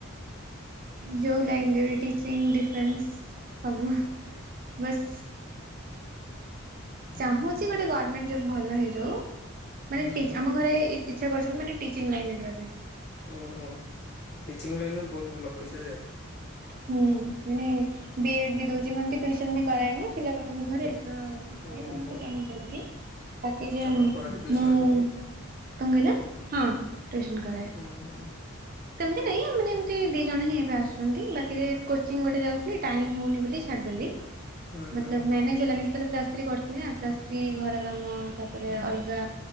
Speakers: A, on the right; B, on the left.
A: ଯୋଉ ଲାଇନରେ ବି ଟିଚିଙ୍ଗ ଡିଫେନ୍ସ ସବୁ ବାସ
B: ହୁଁ
A: ଚାହୁଁଛି ଗୋଟେ ଗଭର୍ଣମେଣ୍ଟ ଜବ୍ ଭଲ ହେଇଯାଉ ମାନେ
B: ହୁଁ
A: ଟି ଆମ ଘରେ ଇଚ୍ଛା କରିଛନ୍ତି ମାନେ ଟିଚି ଲାଇନରେ ଯିବା ପାଇଁ।
B: ଓହୋ ଟିଚିଂ ଲାଇନ ବହୁତ ଭଲ ପଇସା ଯାଏ।
A: ହୁଁ ମାନେ ବି ଏଡ ବି ଦଉଛି ମନେ ଟିଉସନ ବି କରାଏନା ପିଲାଟ ଘରେ ତ ଘରେ
B: ଓହୋ
A: ସମସ୍ତେ ଚାହୁଁଛନ୍ତି। ବାକି ଯେ
B: ଆପଣ
A: ମୁଁ
B: କରନ୍ତି ଟ୍ୟୁସନ?
A: କଣ କହିଲ ହଁ ଟ୍ୟୁସନ୍ କରାଏ।
B: ହଁ ହଁ।
A: ସେମିତି ନାଇଁ ଆମେ ଏମିତି ଦି ଜଣ ହିଁ ଏବେ ଆସୁଛନ୍ତି ବାକି ଯେ କୋଚିଂ ଗୋଟେ ଯାଉଥିଲଥିଲେ ଟାଇମ ହଉନି ବୋଲି ଛାଡିଦେଲି।
B: ହୁଁ ହୁଁ
A: ମତଲଵ ମ୍ୟାନେଜ ହେଲା ନି। ପ୍ଲସଥୀ କରିଥିଲି ପ୍ଲସ ଥ୍ରୀ ଘର କାମ ତାପରେ ଅଲଗା।